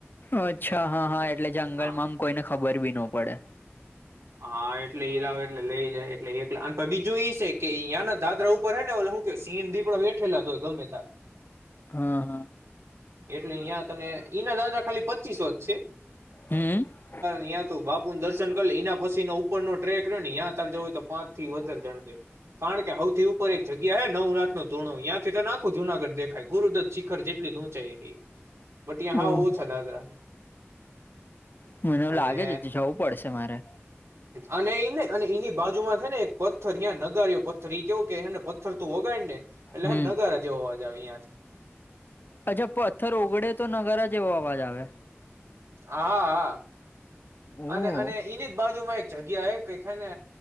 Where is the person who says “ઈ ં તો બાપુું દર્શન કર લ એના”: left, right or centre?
Right